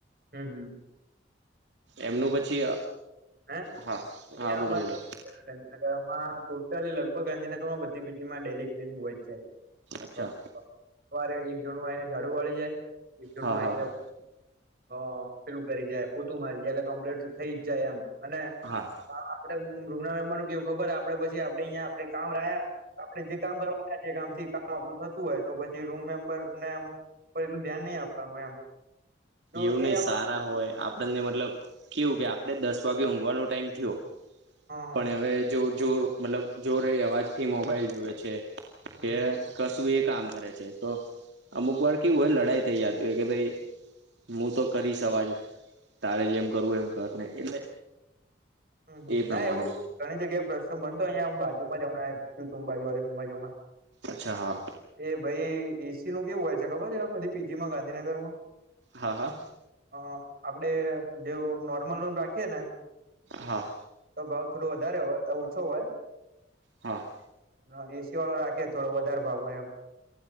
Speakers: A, on the right (about 50°); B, on the right (about 75°).
A: હમ હમ...
B: એમનું પછી
A: હ
B: હા હા
A: અમામાં
B: બોલો બોલો
A: ટોટલ લગભગ ગાંધીનગરમાં બધી પી જી માં ડેલી ટ્રેનિંગ હોય જ છે.
B: અચ્છા
A: અ અ સવારે એક જણું આયને ઝાડુ વાળી જાય <unintelligible>
B: હા
A: નું આયને
B: હા હા
A: <unintelligible> હ પેલું કરી જાય પોતું મારી જાય એટલે કમ્પ્લેટ થ થઇ જ જાય એમ અને
B: હા
A: અ આપડે રૂમના મેમ્બરનું કેવું ખબર આપડે પછી આપડે અઈયા આપડે કામ રયા આપડે જે કામ કરવાના છે એ કામ થી કામ આપડું થતું હોય તો પછી રૂમ મેમ્બર ને એમ પછી એટલું ધ્યાન નહી આપવાનું એમ જો
B: એવું
A: એ
B: નઈ
A: આપડા
B: સારા હોય આપ પણને મતલબ કેવું કે આપણે દસ વાગે ઊંઘવાનો ટાઈમ થ્યો
A: હા હા
B: પણ યવે જ્યો જોર મતલબ જોરે એ અવાજથી મોબાઈલ જુવે છે
A: હમ
B: કે
A: હમ
B: કશું એક કામ કરે છે તો અમુક વાર કેવું હોય લડાઈ થઈ જાતી હોય કે ભઈ મું તો કરીશ અવાજ તારે જેમ કરવું હોય એમ કર ને એટલે
A: હમ્મ, હમ્મ,
B: એ પ્રમાણે
A: ના એવું ઘણી જગ્યાએ પ્રશ્ન બનતો હોય અઈયા બાજુમાં જ અમણાં થ્યુ તું બાજો <unintelligible> તુંબાજોમાં
B: અચ્છા હા
A: એ ભઈ એ સી નું કેવું હોય ખબર છે આ બધી પી જી માં ગાંધીનગરમાં
B: હા હા
A: અ આપડે જેવુ નોર્મલ રૂમ રાખીએ ને
B: હા.
A: તો ભાવ થોડો વધારે હોય ઓછો હોય.
B: હા.
A: હ એ સી વાળો રાખીયે થોડો વધારે ભાવ હોય એમ.